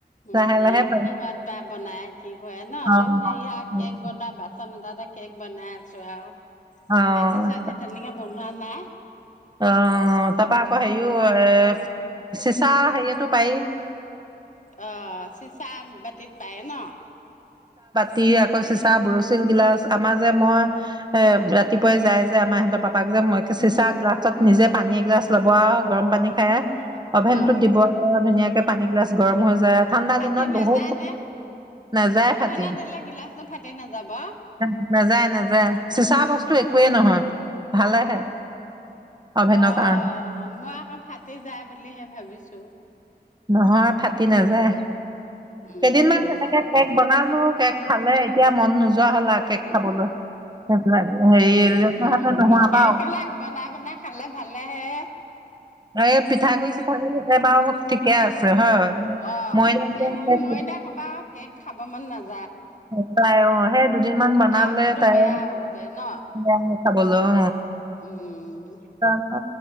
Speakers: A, on the left; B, on the right.
A: মই
B: লাহে
A: হেৰি
B: লাহে পাৰি
A: কিহত বা বনাই কি কৰে ন
B: অ'
A: তেওঁ সেয়া কেক বনোৱা বাচন এটাত এটা কেক বনাই আছো আৰু
B: অ'
A: ভাজি চাজি তেনেকে বনোৱা নাই
B: অঁ! তাৰপা আকৌ হেৰিও এ চিচা হেৰিয়টো পাৰি?
A: অঁ চিচা বাতিত পায় ন?
B: তি আকৌ চিচা বুৰচিল গিলাচ আমাৰ যে মই এ ৰাতিপুৱাই যাই যে আমাৰ সিহঁতৰ পাপাক য। মই কি চিচা গ্লা তাৰপাছত নিজে পানী এগিলাচ লব আৰু গৰম পানী খাই অভেনটোত
A: অ
B: দিব আৰু ধুনীয়াকে। পটকে পানী গিলাচ গৰম হৈ যায়। ঠাণ্ডা
A: ফাটি
B: দিনত
A: নাযায়
B: বহুত
A: নে
B: নাযায়
A: অভেনত
B: ফাটি
A: দিলে গিলাচটো ফাটি নাযাব
B: উম। নাযায়-নাযায় চিচা বস্তু একোৱেই নহয় ভালেহে। অভেনৰ
A: অঁ
B: কাৰণে
A: মই আকৌ ফাটি যায় বুলিহে ভাবিছো।
B: নহয় ফাটি নাযায়
A: উম
B: কেইদিনমান তেনেকে কেক বনালো কেক খালে এতিয়া। মন নোযোৱা হ'ল আৰু কে'ক খাবলৈ সেইবিলাক হেৰি
A: উম
B: সিহঁতে নোহোৱা পা
A: এইবিলাক বনাই বনাই খালে ভালে হে
B: এই পিঠাগুড়ি-চিঠাগুড়ি হলে বাৰু ঠিকে আছে হয়।
A: অঁ
B: ময়দা দিয়া
A: এ
B: কেক
A: মই দে ক'বা কেক খাব মন নাযায়
B: অৱ সেই দুদিনমান বনালে
A: আৰু সেইটো
B: তাই
A: বেয়াও যে ন
B: বেয়া হয় খাবলে অ
A: উম
B: অ হ